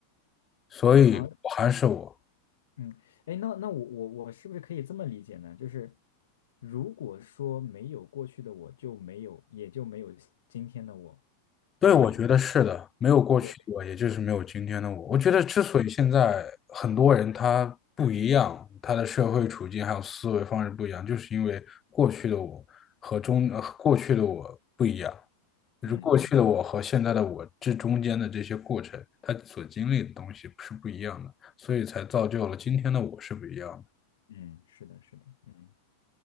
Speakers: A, on the left; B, on the left.
A: 所以我还是我，
B: 啊嗯，哎，那那我我我是不是可以这么理解呢？就是如果说没有过去的我，就没有也就没有今天的我，
A: 对，
B: 所以
A: 我觉得是的，没有过去的我，
B: 对，
A: 也就是没有今天的我。我觉得之所以现在很多人他不一样，他的社会处境还有思维方式不一样，就是因为过去的我和中，呃过去的我不一样，就是过去的我和现在的我这中间的这些过程，
B: 嗯嗯
A: 他所经历的东西是不一样的，所以才造就了今天的我是不一样的。
B: 嗯，是的，是的，嗯。